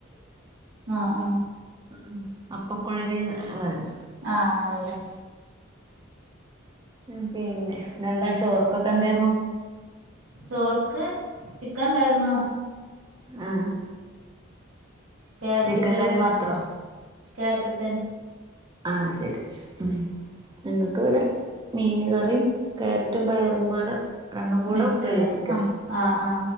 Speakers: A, on the right; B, on the right.
A: <inaudible>
B: ആ ആഹ്
A: ഉം അപ്പക്കുഴല്ന്ന് അ പറിം
B: ആഹ് അങ്ങന പറി ല്ലേ
A: മ് പിന്നെ ന്നെന്താ ചോർക്കൊക്കെ ന്തെ
B: ചോർക്ക് ചിക്കൻ ണ്ടായിര്ന്നു
A: ആഹ്
B: കാര്റ്റ്
A: ചിക്കൻ
B: പ്പേരും
A: കറി മാത്രോ
B: കാര്റ്റുപ്പേരി
A: അതതത ഉം ങ്ങൾക്ക് ഇവിടെ മീൻ കറിയും ക്യാരറ്റും പയറുമ്പാട രണ്ടുകൂടെ
B: മിക്സ്
A: ഉപ്പേിച്ചിക്ക
B: ചെയ്ത ആ ആ ആ